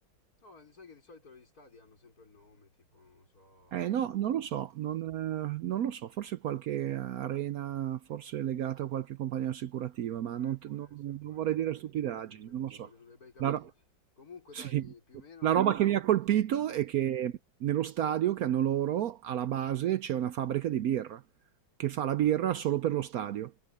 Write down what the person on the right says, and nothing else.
Eh no, non lo so, non, eh, non lo so, forse qualche arena, forse legata a qualche compagnia assicurativa, ma
non,
te- non-
non
vorrei dire
stupidaggini,
non lo
so.
La, ro-
sì.
La
roba che mi ha colpito
è che nello stadio che hanno loro, alla base, c'è una fabbrica di birra, che fa la birra solo per lo stadio,